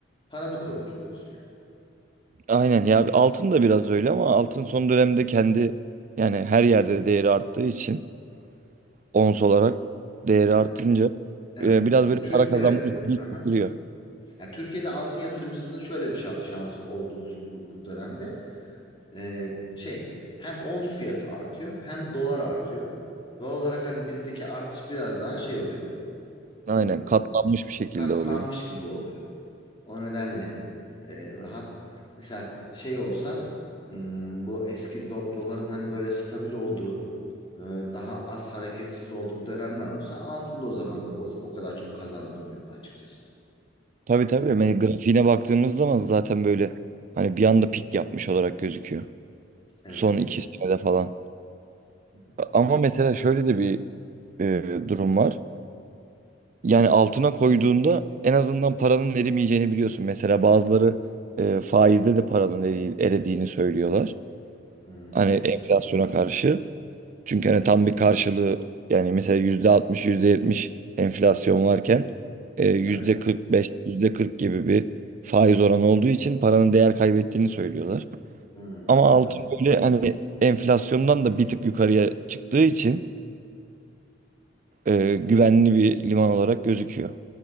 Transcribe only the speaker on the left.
paranı korumuş oluyorsun
yani. Hı hı.
Yani,
evet.
Yani
Türk
evet. Hı hı.
Yani Türkiye'de altın yatırımcısının şöyle bir şa- şansı oldu bu, bu, bu dönemde. Ee, şey hem ons fiyatı artıyor hem dolar artıyor. Doğal olarak hani bizdeki artış biraz daha şey oluyor.
e,
katlanmış
gibi oluyor. O nedenle e, rahat. Mesela şey olsa hmm, bu eski do- doların hani böyle stabil olduğu e, daha az hareketsiz olduğu dönemler olsa altında o zaman o, o kadar çok kazandırmıyordu açıkçası.
E,
evet.
Hı hı.
Hmm,
evet.
Hmm,
hı
hı.